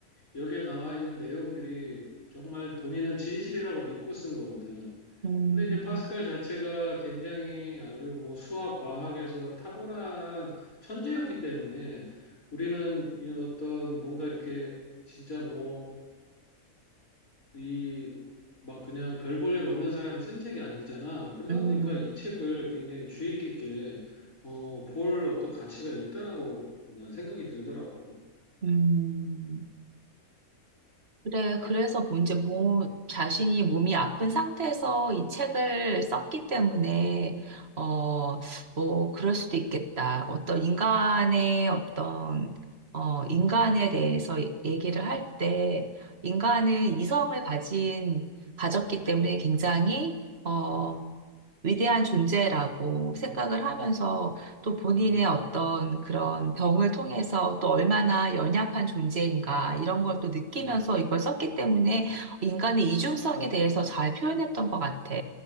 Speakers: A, on the left; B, on the right.
A: 여기에 나와 있는 내용들이 정말 본인은 진실이라고 믿고 쓴 거거든.
B: 음,
A: 근데 이제 파스칼 자체가 굉장히 아주 뭐 수학, 과학에서 탁월한 천재였기 때문에 우리는 이 어떤 뭔가 이렇게 진짜 뭐 이 막 그냥 별 볼일 없는 사람이 쓴 책이 아니잖아. 그러다
B: 음,
A: 보니까 이 책을 굉장히 주의 깊게 어, 볼 어떤 가치가 있다라고 난 생각이 들더라고.
B: 음. 그래, 그래서 뭐 이제 몸, 자신이 몸이 아픈 상태에서 이 책을 썼기 때문에, 어, 뭐, 그럴 수도 있겠다. 어떤 인간의 어떤, 어, 인간에 대해서 얘- 얘기를 할 때, 인간은
A: 음,
B: 이성을 가진, 가졌기 때문에 굉장히, 어, 위대한 존재라고 생각을 하면서
A: 음.
B: 또 본인의
A: 음,
B: 어떤 그런 병을 통해서 또 얼마나 연약한 존재인가 이런 걸 또 느끼면서
A: 음.
B: 이걸 썼기 때문에 인간의 이중성에 대해서 잘 표현했던 것 같아.